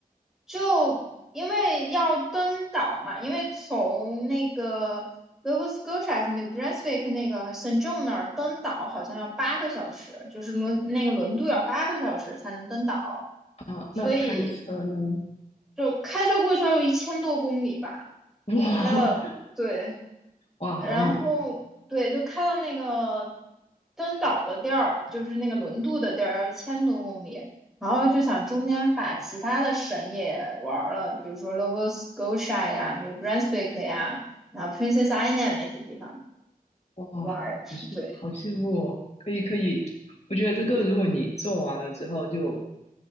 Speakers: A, in the centre; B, on the left (about 45°).
A: 就因为要登岛嘛，因为从那个 Nova Scotia New Brunswick 那个 Saint John 那儿登岛好像要八个小时，就是轮那个轮渡要八个小时才能登岛，
B: 啊那开车呢？
A: 所以就开车过去要有一千多公里吧，
B: 哇
A: 开了，对。
B: <laughs> 哇，
A: 然后对，
B: 好远，
A: 就开到那个登岛的地儿，就是那个轮渡的地儿，要一千多公里。然后就想中间把其他的省也玩儿了，比如说 Nova Scotia 呀、New Brunswick 呀，然后 Princess Island 那些地方
B: 哇，好羡好羡慕哦。
A: 玩儿。对，
B: 可以可以，我觉得这个如果你做完了之后就，